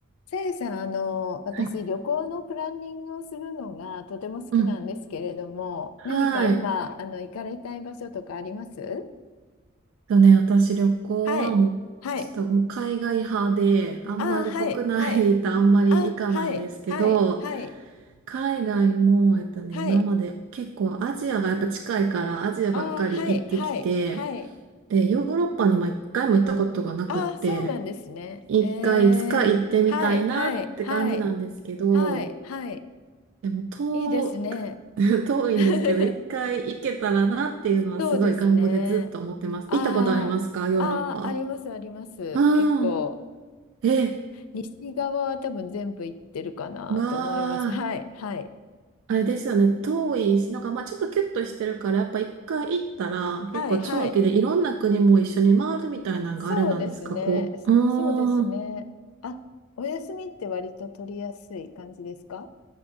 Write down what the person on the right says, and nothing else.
はい。
うん。はい。
とね、私旅行はもう、
ちょっともう海外派で、あんまり国内とあんまり行かないんですけど、
海外も、えっとね、
今まで結構アジアがやっぱ近いからアジアばっかり行ってきて、
で、ヨーロッパにも一回も行ったことがなくって、
一回いつか行ってみたいなって感じなんですけど、
でも遠く、
<laughs> 遠いんですけど、
一回行けたらなっていうのはすごい願望でずっと思ってます。
行ったことありますかヨーロッパ。
ああ、
え、
ま
あ、
あれですよね。遠いし、なんかまあちょっとキュッとしてるから、やっぱ一回行ったら結構長期でいろんな国も一緒に回るみたいなのがあれなんですか、
こう。
うーん。